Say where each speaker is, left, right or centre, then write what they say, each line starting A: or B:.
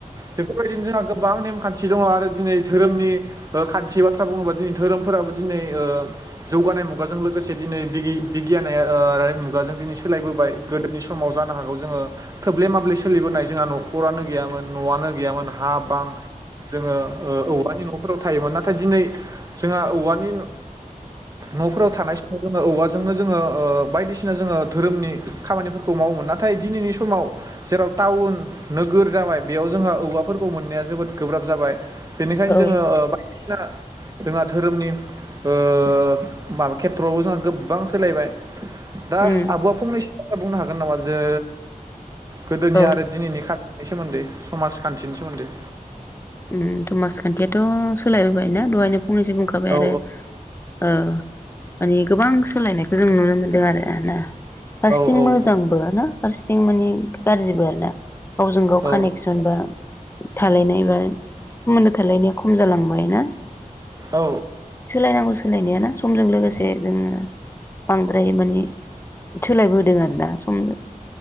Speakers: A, on the right; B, on the left.
A: बेफोरबायदिनो जोंहा गोबां नेमखान्थि दंङ आरो दिनै धोरोमनि खान्थि बाथ्रा बुंङोबा दिनै धोरोमफोराबो दिनै जौगानाय मुगाजों लोगोसे दिनै बिगियानारि मुगाजों दिनै सोलायबोबाय गोदोनि समाव जानो हागौ जोंङो थोब्ले माब्ले सोलिबोनाय जोंहा नखरानो गैयामोन नआनो गैयामोन हा बां जोङो औवानि न फोराव थायोमोन नाथाय दिनै जोंहा औवानि नफोराव थानाय समाव जोंङो औवाजोंनो जोंङो बायदिसिना जोंङो धोरोमनि खामानिफोरखौ मावोमोन नाथाय दिनैनि समाव जेराव टाउन नोगोर जाबाय बेयाव जोंहा औवाफोरखौ मोननाया जोबोद गोब्राब जाबाय बेनिखायनो
B: औ
A: जोङो बायदिसिना जोंहा धोरोमनि ओ माबा खेथ्रआवबो जोंहा गोबां सोलायबाय
B: उम
A: दा आबआ फंनैसो बुंनो हागोन नामा जे गोदोनि
B: औ
A: आरो दिनैनि <unintelligible> नि सोमोन्दै समाजखान्थिनि सोमोन्दै
B: उम समाजखान्थियाथ सोलायबोबायना दहायनो फंनैसो बुंखाबाय
A: औ
B: आरो ओ माने गोबां सोलायनायखौ जों नुनो मोनदों आरो ना। फारसेथिं
A: औ औ
B: मोजांबो ना फारसेथिं माने गाज्रिबो आरो ना गावजों गाव
A: औ
B: कानेकसन बो। थालायनाय बा सोमोन्दो थालायनाया खम जालांबाय ना?
A: औ
B: सोलायनांगौस सोलायनायाना समजों लोगोसे जोङो बांद्राय माने सोलायबोदों आरो ना समजों